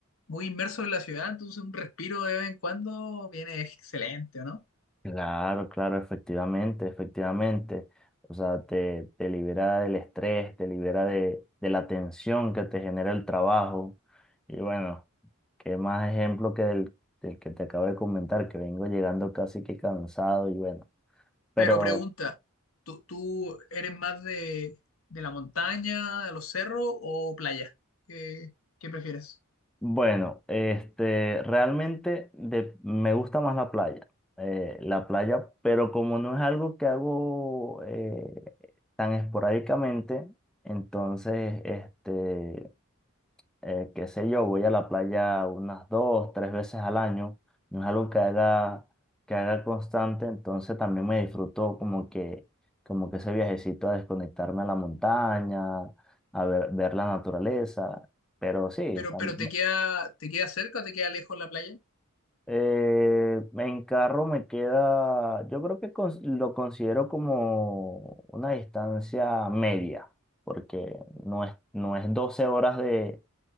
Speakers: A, on the left; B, in the centre.
A: muy inmersos en la ciudad, entonces un respiro de vez en cuando viene excelente, ¿o ¿no?
B: Claro, claro, efectivamente, efectivamente. O sea, te, te libera del estrés, te libera de, de la tensión que te genera el trabajo. Y bueno, qué más ejemplo que del, del que te acabo de comentar, que vengo llegando casi que cansado y bueno. Pero
A: Pero pregunta, ¿tú, tú eres más de, de la montaña, de los cerros o playa? ¿Qué, qué prefieres?
B: Bueno, este, realmente de- me gusta más la playa, eh, la playa, pero como no es algo que hago eh, tan esporádicamente, entonces, este, eh, qué sé yo, voy a la playa unas dos, tres veces al año, no es algo que haga, que haga constante, entonces también me disfruto como que, como que ese viajecito a desconectarme a la montaña, a ver, ver la naturaleza. Pero sí,
A: Pero,
B: tam-
A: pero ¿te queda, te queda cerca o te queda lejos la playa?
B: Eh, en carro me queda, yo creo que cons- lo considero como una distancia media, porque no es, no es 12 horas de,